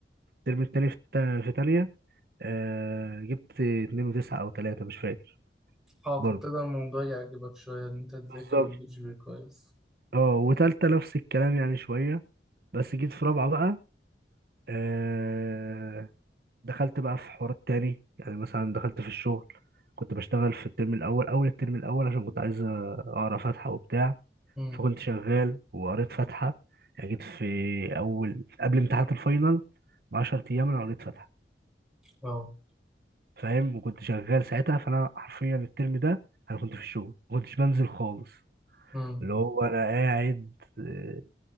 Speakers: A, on the right; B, in the centre.
A: الترم التاني في التا- في تانية آه، جبت اتنين وتسعة أو تلاتة مش فاكر
B: اه
A: برضو
B: فابتدى الموضوع يعجبك شوية ان انت تذاكر
A: بالظبط
B: وتجيب جي بي إيه كويس
A: اه وتالتة نفس الكلام يعني شوية بس جيت في رابعة بقى آه دخلت بقى في حوارات تاني يعني مثلا دخلت في الشغل كنت بشتغل في الترم الأول أول الترم الأول عشان كنت عايز أقرأ فاتحة وبتاع
B: امم
A: فكنت شغال وقريت فاتحة يعني جيت في أول قبل امتحانات الفاينل بعشر أيام أنا قريت فاتحة
B: اه
A: فاهم وكنت شغال ساعتها فأنا حرفيا الترم ده أنا كنت في الشغل ما كنتش بنزل خالص
B: امم
A: اللي هو أنا قاعد آه